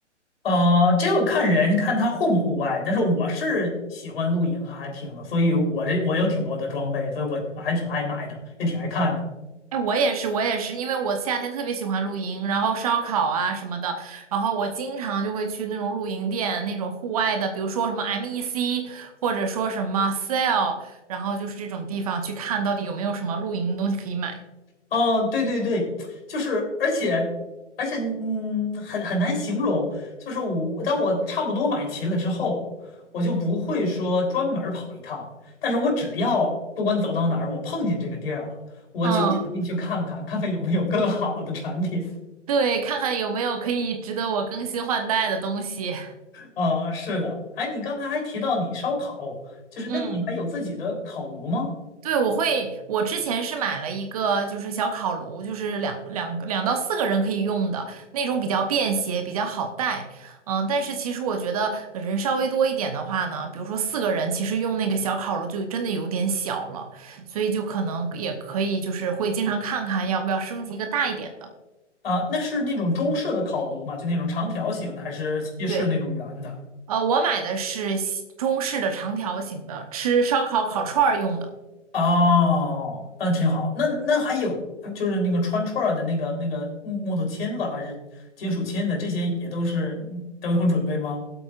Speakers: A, on the left; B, on the right.
A: 呃，这个看人，看他户不户外。但是我是喜欢露营和 hiking 的，所以我这我有挺多的装备，所以我还挺爱买的，也挺爱看的。
B: 哎，我也是，我也是，因为我夏天特别喜欢露营，然后烧烤啊什么的，然后我经常就会去那种露营店，那种户外的，比如说什么 MEC，或者说什么 Sale，然后就是这种地方去看到底有没有什么露营的东西可以买。
A: 哦，对对对，就是，而且而且，嗯，很很难形容。就是我，当我差不多买齐了之后，我就不会说专门儿跑一趟，但是我只要不管走到哪儿，我碰见这个地儿了，我就想进去看看，
B: 嗯，
A: 看看有没有更好的产品。
B: 对，看看有没有可以值得我更新换代的东西。<laughs>
A: 啊，是的，哎，你刚才还提到你烧烤，就是那你还有自己的烤炉吗？
B: 嗯。对，我会，我之前是买了一个，就是小烤炉，就是两两个两到四个人可以用的那种，比较便携，比较好带。嗯，但是其实我觉得呃人稍微多一点的话呢，比如说四个人，其实用那个小烤炉就真的有点小了，所以就可能也可以，就是会经常看看要不要升级一个大一点的。
A: 啊，那是那种中式的烤炉吗？就那种长条形的，还是西式那种圆的？
B: 对，呃，我买的是西中式的长条形的，吃烧烤烤串儿用的。
A: 哦，那挺好。那那还有就是那个穿串儿的那个那个木木头签子，还是金属签子，这些也都是都有准备吗？